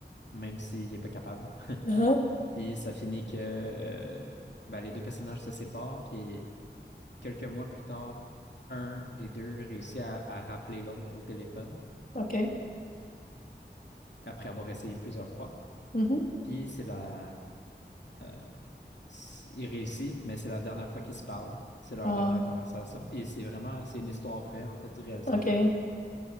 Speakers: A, on the left; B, on the left.
A: même s'il n'est pas capable.
B: Uhum,
A: Puis ça finit que euh, ben, les deux personnages se séparent. Puis quelques mois plus tard, un des deux réussit à, à rappeler l'autre au téléphone
B: OK.
A: après avoir essayé plusieurs fois.
B: mhm.
A: Puis c'est la, euh, s- il réussit, mais c'est la dernière fois qu'ils se parlent. C'est leur
B: Ah,
A: dernière conversation. Puis c'est vraiment, c'est une histoire vraie, en fait, du réalisateur.
B: OK.